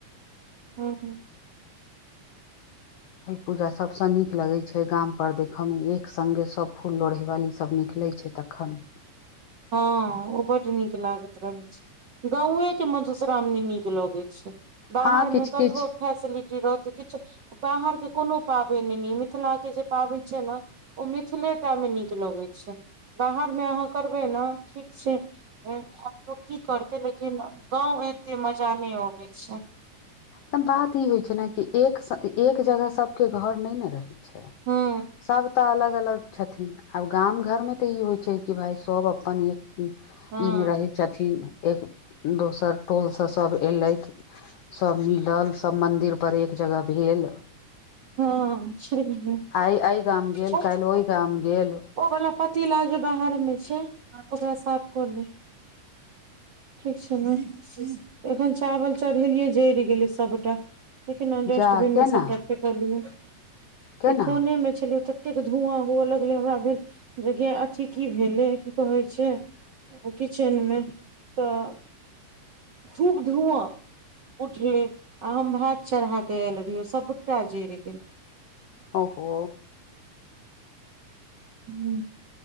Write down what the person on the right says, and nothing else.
हूँ हूँ
हँ ओ बड नीक लागैत रह छै गाँव के मधुश्रावणी नीक लगैत छै बाहर
मे कतबो
फैसिलिटी रहतै किछु बाहरके कोनो पाबेन ने मिथिला के जे पाबेन छै ने ओ मिथिले टामे नीक लगैत छै बाहरमे अहाँ करबै ने ठीक छै आब तो की करते लेकिन गाँंव एते मजा नहि आबै छै
हूँ
हँ
हँ छैहे
ओ
ओ वाला पतीला जो बाहर में छै ओकरा साफ कऽ लेबै ठीक छै ने एखन चावल चढ़ेलियै जेर गेलै सभटा देखिन डस्टबिन
मे सबटा फेकलियै ई
फोनेमे छलिय तऽ एतेक धुआँ हुअ लगले हमरा भेल जे ग अथी की भेले की कहै छै किचेनमे तऽ खूब धुआ उठले आ हम भात चढ़ाके आयल रहियौ सब टा जेइर गेले
ह